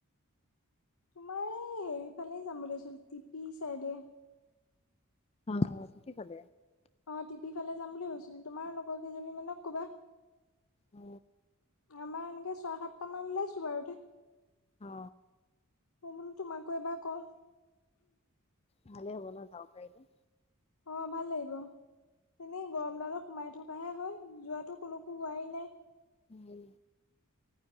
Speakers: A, on the left; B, on the left.
A: তোমাৰ এই হেৰি ফালে যাম বুলি ভাবিছিলো, টিপি চাইডে।
B: অ', কি ভাল
A: অ', টিপি ফালে যাম বুলি ভাবিছিলো, তোমাৰ লগৰ কেইজনী মানক ক'বা।
B: অ
A: আমাৰ এনেকে ছয় সাতটা মান লৈ বাৰতে <unintelligible>
B: অ
A: মই বোলো তোমাকো এবাৰ কওঁ।
B: ভাল হব ন' যাব পাৰিব।
A: অ', ভাল লাগিব। তেনে গৰম ডালত সোমাই থকাহে হয় যোৱাটো কোনো হোৱাই নাই।
B: উ।